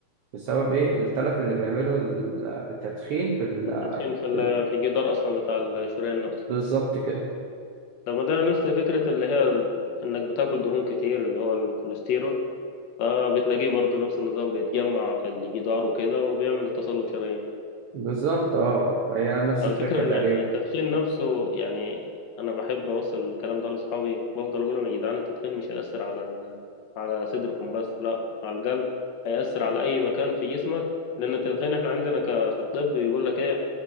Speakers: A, on the right (about 70°); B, on the left (about 70°).
A: بسبب ايه التلف اللي بيعمله ال- التدخين في ال...
B: التدخين في ال...
A: في ال-
B: في الجدار اصلا بتاع الشريان نفسه
A: بالظبط كده
B: لما ده نفس فكرة اللي هي ال- انك بتاكل دهون كتير اللي هو الكوليسترول فبتلاقيه برضو نفس النظام بيتجمع في الجدار وكده وبيعمل تصلب شرايين
A: بالظبط اه هي نفس
B: الفكرة
A: الفكرة
B: إن
A: تقريبا
B: التدخين نفسه يعني أنا بحب أوصل الكلام ده لأصحابي بفضل أقول لهم يا جدعان التدخين مش هيأثر على ال... على صدركم بس لا على القلب هيأثر على أي مكان في جسمك لأن التدخين إحنا عندنا ك... في الطب يقول لك إيه